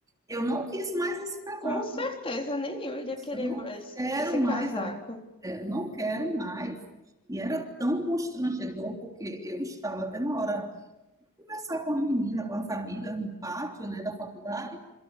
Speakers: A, on the right; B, on the left.
A: Eu não quis mais esse casaco.
B: Com certeza, nem eu iria querer
A: Eu Eu não
B: mais
A: quero
B: esse casaco.
A: mais. Eu é, não quero mais. E era tão constrangedor, porque eu estava até na hora de conversar com as meninas, com as amigas no pátio, né, da faculdade.